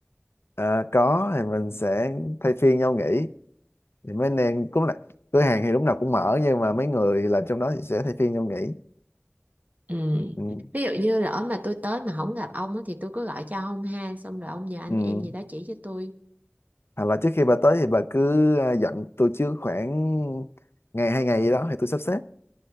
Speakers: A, on the left; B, on the right.
A: à, có thì mình sẽ thay phiên nhau nghỉ thì mấy anh em cũng là cửa hàng thì lúc nào cũng mở nhưng mà mấy người làm trong đó thì sẽ thay phiên nhau nghỉ
B: Ừ.
A: ừ,
B: Ví dụ như lỡ mà tôi tới mà không gặp ông á, thì tôi cứ gọi cho ông ha xong rồi ông nhờ anh
A: ừ.
B: em gì đó chỉ cho tôi.
A: hoặc là trước khi bà tới thì bà cứ à, dặn tôi trước khoảng ngày hai ngày gì đó thì tôi sắp xếp